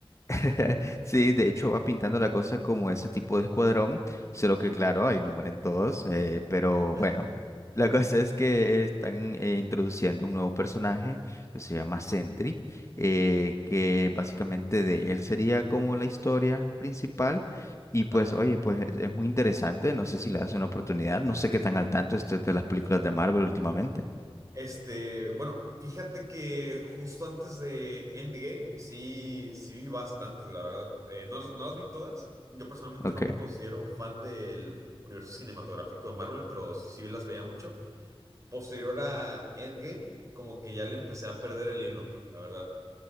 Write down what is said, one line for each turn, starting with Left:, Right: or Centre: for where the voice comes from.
Left: <laughs> Sí, de hecho va pintando la cosa como ese tipo de escuadrón, solo que claro, ahí no mueren todos, eh, pero
Right: <laughs>
Left: bueno, la <laughs> cosa es que están eh, introduciendo un nuevo personaje que se llama Sentry, eh, que básicamente de él sería como la historia principal. Y pues,
Right: Ajá.
Left: oye, pues es es muy interesante, no sé si le das una oportunidad, no sé qué tan al tanto estés de las películas de Marvel últimamente.
Right: Este, bueno, fíjate que justo antes de Endgame, sí, sí vi bastantes, la verdad. Eh, no, no las vi todas. Yo personalmente
Left: Ok.
Right: no me considero un fan del universo cinematográfico de Marvel, pero sí sí las veía mucho. Posterior a Endgame, como que ya le empecé a perder el hilo, la verdad.